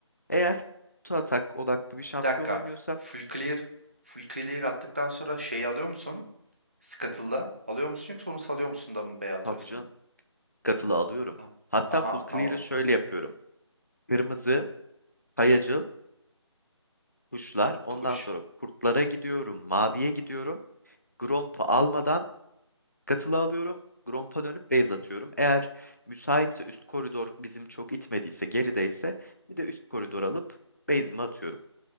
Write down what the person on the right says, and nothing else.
Bir dakika.
Full clear, full clear attıktan sonra şeyi alıyor musun? Scuttle'da alıyor musun yoksa onu salıyor musun da mı B'ye atıyorsun?
Aha,
aha,
tamam.
Kuş.